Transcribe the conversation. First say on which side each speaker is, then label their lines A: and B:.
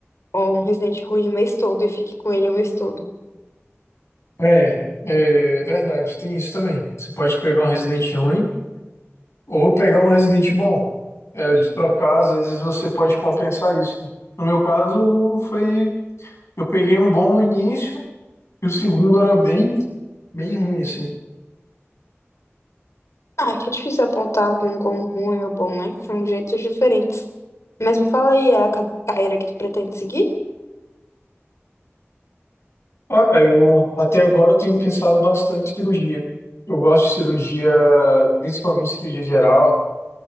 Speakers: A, on the left; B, on the left.
A: Ou um residente ruim o mês todo e fique com ele o mês todo.
B: É, é verdade, tem isso também. Você pode pegar um residente ruim ou pegar um residente bom. É, de trocar, às vezes você pode compensar isso. No meu caso, foi. Eu peguei um bom no início e o segundo era bem, bem ruim, assim.
A: Ah, é que é difícil apontar algum como ruim ou bom, né? Que são jeitos diferentes. Mas me fala aí, é a ca- carreira que tu pretende seguir?
B: Ah, eu até agora eu tenho pensado bastante em cirurgia. Eu gosto de cirurgia, principalmente cirurgia geral.